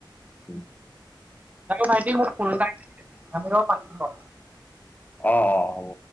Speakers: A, on the left; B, on the right.
A: উম,
B: ভাইটি মোক ফোন এটা আমি ৰ পাতিম ৰ।
A: অ', অ', হ'ব।